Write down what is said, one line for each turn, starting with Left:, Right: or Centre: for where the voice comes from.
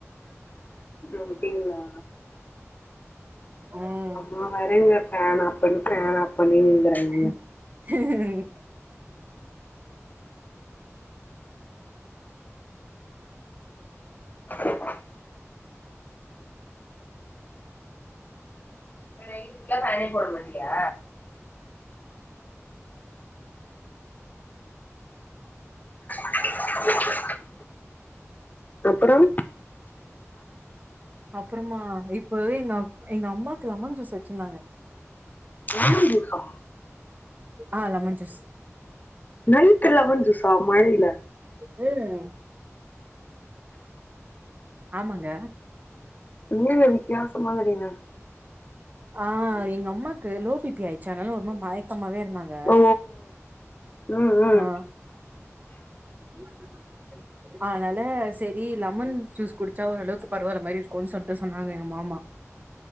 Left: அப்படிங்களா
Right: உம்
Left: ஆ வரேங்க ஃபேன் ஆஃப் பண்ணு ஃபேன் ஆஃப் பண்ணுனு நிக்கறாரு
Right: உம்
Left: <unintelligible> அப்ப நைட் ஃபுல்லா ஃபேனே போட மாட்டியா <unintelligible> அப்பறம்
Right: அப்புறமா இப்பவே எங்க அப் எங்க அம்மாக்கு லெமன் ஜூஸ்சு வைக் சொன்னாங்க
Left: லெமன் ஜூஸா
Right: ஆ லெமன் ஜூஸ்
Left: நைட் லெமன் ஜூஸா மழைல
Right: வேற ஆமாங்க
Left: என்னங்க வித்தியாசமான ஜீவன்
Right: ஆ எங்க அம்மாக்கு லோபிபி ஆயிச்சு அதனால ரொம்ப மயக்கமாவே இருந்தாங்க
Left: ஓ ம் ம்
Right: அ ஆ <inaudible> அதனால செரி லெமன் ஜூஸ் குடிச்சா ஓரளவுக்கு பரவால்ல மாரி இருக்குன் சொல்ட்டு சொன்னாங்க எங்க மாமா